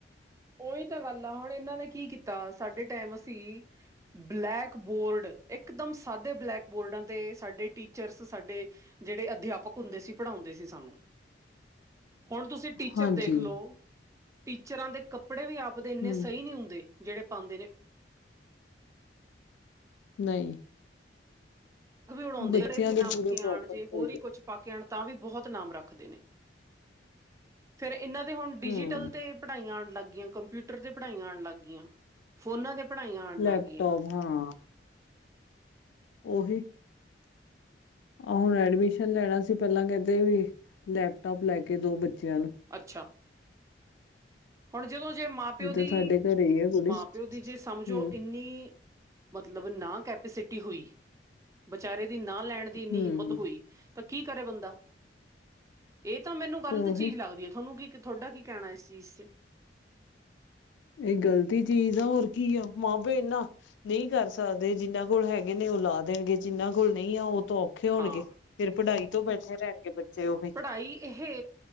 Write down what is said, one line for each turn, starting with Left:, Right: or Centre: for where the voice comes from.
Right: ਉਹੀ ਤਾਂ ਗੱਲ ਆ ਹੁਣ ਇਹਨਾਂ ਨੇ ਕੀ ਕੀਤਾ ਸਾਡੇ ਟਾਈਮ ਅਸੀਂ ਬਲੈਕ ਬੋਰਡ <unintelligible> ਇਕਦਮ ਸਾਦੇ ਬਲੈਕ ਬੋਰਡਾਂ ਤੇ ਸਾਡੇ ਟੀਚ ਚਰਜ਼ ਸਾਡੇ ਜਿਹੜੇ ਅਧਿਆਪਕ ਹੁੰਦੇ ਸੀ ਪੜ੍ਹਾਉਂਦੇ ਸੀ ਸਾਨੂੰ ਹੁਣ ਤੁਸੀਂ ਟੀਚਰ
Left: ਹਾਂਜੀ
Right: ਦੇਖ ਲਓ ਟੀਚਰਾਂ ਦੇ ਕੱਪ ਕੱਪੜੇ ਆਪਦੇ ਇੰਨੇ
Left: ਹੂੰ
Right: ਸਹੀ ਨਹੀ ਹੁੰਦੇ ਜਿਹੜੇ ਪਾਉਂਦੇ ਨੇ
Left: ਨਹੀਂ
Right: <unintelligible>
Left: ਬੱਚਿਆਂ ਦੇ ਪੂਰੇ ਪ੍ਰੋਪਰ
Right: ਆਉਣ ਚ
Left: ਚਾਹੀਦੇ
Right: ਹੋਰ ਹੀ ਕੁੱਛ ਪਾ ਕੇ ਆਉਣ ਤਾਂ ਵੀ ਬਹੁਤ ਨਾਮ ਰਾੱਖਦੇ ਨੇ ਫੇਰ ਇਹਨਾਂ ਦੇ ਹੁਣ ਡਿਜੀਟਲ
Left: ਹੂੰ
Right: ਤੇ ਪੜ੍ਹਾਈਆਂ ਆਉਣ ਲੱਗ ਗਈਆਂ ਕੰਪਿਊਟਰ ਤੇ ਪੜ੍ਹਾਈਆਂ ਆਉਣ ਲੱਗ ਗਈਆਂ ਫੋਨਾਂ ਤੇ ਪੜ੍ਹਾਈਆਂ ਆਉਣ ਲੱਗ
Left: ਲੈਪਟੋਪ
Right: ਗਈਆਂ
Left: ਹਾਂ ਉਹੀ ਆਹ ਹੁਣ ਐਡਮਿਸ਼ਨ ਲੈਣਾ ਸੀ ਪਹਿਲਾਂ ਕਹਿੰਦੇ ਵੀ ਲੈਪਟੋਪ ਲੈ ਕੇ ਦੋ ਬੱਚਿਆਂ ਨੂੰ
Right: ਅੱਛਾ ਹੁਣ ਜਦੋਂ ਜੇ ਮਾਂ ਪਿਓ
Left: ਜਿੱਦਾਂ
Right: ਦੀ
Left: ਸਾਡੇ ਘਰੇ ਹੀ ਆ ਕੁੜੀ
Right: ਮਾਂ ਪਿਓ ਦੀ ਜੇ ਸਮਝੋ
Left: ਹੂੰ
Right: ਇੰਨੀ ਮਤਲਬ ਨਾ ਕੈਪੇਸਿਟੀ ਹੋਈ ਬਚਾਰੇ ਦੀ ਨਾ ਲੈਣ ਦੀ ਇੰਨੀ
Left: ਹੂੰ
Right: ਹਿੰਮਤ ਹੋਈ ਤਾਂ ਕੀ ਕਰੇ ਬੰਦਾ ਇਹ ਤਾਂ ਮੈਨੂੰ ਗ਼ਲਤ
Left: ਤੇ ਉਹੀ
Right: ਚੀਜ਼ ਲੱਗਦੀ ਹੈ ਤੁਹਾਨੂੰ ਕੀ ਕ ਤੁਹਾਡਾ ਕੀ ਕਹਿਣਾ ਇਸ ਚੀਜ਼ ਚ
Left: ਇਹ ਗ਼ਲਤ ਹੀ ਚੀਜ ਆ ਹੋਰ ਕੀ ਆ ਮਾਂ ਪਿਓ ਇਹਨਾਂ ਨਹੀਂ ਕਰ ਸਕਦੇ ਜਿੰਨਾਂ ਕੋਲ ਹੈਗੇ ਨੇ ਉਹ ਲਾ ਦੇਣਗੇ ਜਿੰਨਾਂ ਕੋਲ ਨਹੀਂ ਆ ਉਹਤੋਂ ਔਖੇ ਹੋਣਗੇ
Right: ਹਾਂ
Left: ਫੇਰ ਪੜ੍ਹਾਈ ਤੋਂ ਬੈਠੇ ਰਹਿਣਗੇ ਬੱਚੇ ਉਹੀ
Right: ਭਾਈ ਏਹੇ